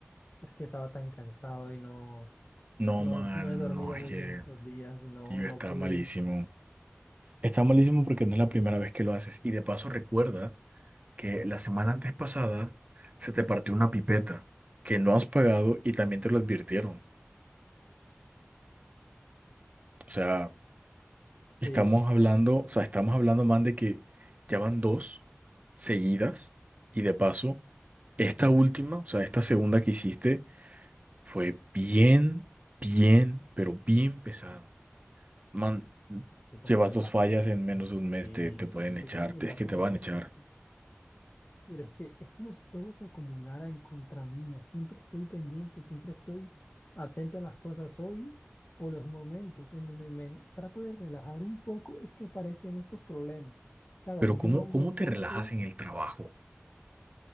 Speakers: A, on the left; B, on the right.
A: es que estaba tan cansado y no.
B: No,
A: No,
B: man,
A: no he dormido
B: no, es
A: muy
B: que,
A: bien estos días y no,
B: tío,
A: no
B: está
A: pude,
B: malísimo. Está malísimo porque no es la primera vez que lo haces. Y de paso recuerda que la semana antes pasada se te partió una pipeta que no has pagado y también te lo advirtieron. O sea,
A: sí,
B: estamos
A: no
B: hablando, o sea, estamos hablando más de que ya van dos seguidas y de paso esta última, o sea, esta segunda que hiciste fue bien, bien, pero bien pesado. Man,
A: sé cómo
B: llevas
A: me
B: dos
A: pasa
B: fallas en menos de un
A: a
B: mes,
A: mí,
B: te, te pueden
A: no sé
B: echar,
A: cómo
B: te-
A: me pasan
B: es que te van
A: estas
B: a echar.
A: cosas, pero es que es como si todo se acumulara en contra mía, siempre estoy pendiente, siempre estoy atento a las cosas hoy o los momentos en donde me trato de relajar un poco, es que aparecen estos problemas. Claro,
B: Pero
A: yo
B: ¿cómo,
A: no me,
B: cómo te
A: no
B: relajas
A: me estoy,
B: en el trabajo? O